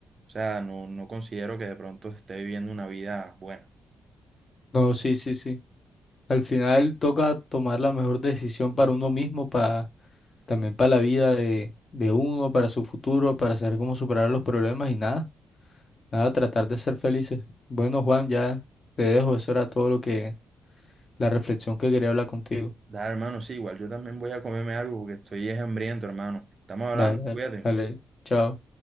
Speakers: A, on the right; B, on the left.
A: o sea, no, no considero que de pronto se esté viviendo una vida buena.
B: No, sí, sí, sí. Al final toca tomar la mejor decisión para uno mismo, para también para la vida de, de uno, para su futuro, para saber cómo superar los problemas y nada, nada, tratar de ser felices. Bueno, Juan, ya te dejo. Eso era todo lo que, la reflexión que quería hablar contigo.
A: Da, hermano, sí, igual yo también voy a comerme algo porque estoy es hambriento, hermano. Estamos hablando,
B: Dale, dale,
A: cuídate.
B: dale. Chao.